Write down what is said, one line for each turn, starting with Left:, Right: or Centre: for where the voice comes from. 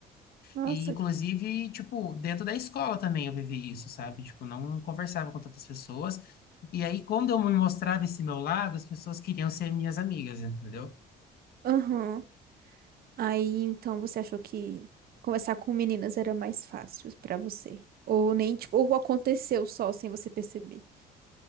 Right: Nossa.
Left: E, inclusive, tipo, dentro da escola também eu vivi isso, sabe? Tipo, não conversava com tantas pessoas. E aí, quando eu me mostrava esse meu lado, as pessoas queriam ser minhas amigas, entendeu?
Right: Aham. Aí, então, você achou que conversar com meninas era mais fácil pra você? Ou nem, tipo, ou aconteceu só sem você perceber?